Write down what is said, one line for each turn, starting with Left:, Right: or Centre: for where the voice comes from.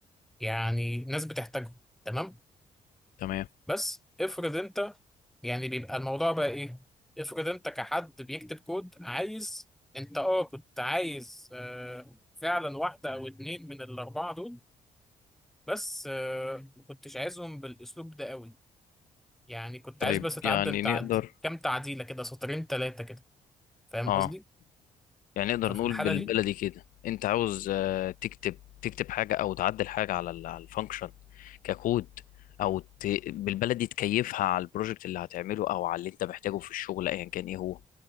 Centre: ويعني ناس بتحتاجهم تمام
Left: تمام
Centre: بس افرض انت يعني بيبقى الموضوع بقى ايه افرض انت كحد بيكتب كود عايز انت اه كنت عايز آه، فعلا واحدة او اتنين من الأربعة دول بس آه، ما كنتش عايزهم بالاسلوب ده قوي يعني كنت
Left: طيب
Centre: عايز بس اتعدل
Left: يعني
Centre: تعدي
Left: نقدر
Centre: كام تعديله كده سطرين ثلاثه كده فاهم
Left: اه
Centre: قصدي
Left: يعني نقدر
Centre: ففي
Left: نقول
Centre: الحاله
Left: بالبلدي
Centre: دي
Left: كده انت عاوز آه، تكتب تكتب حاجه او تعدل حاجه على ال- على الفانكشن ككود او ت... بالبلدي تكيفها على البروجكت اللي هتعمله او على اللي انت محتاجه في الشغل ايا كان ايه هو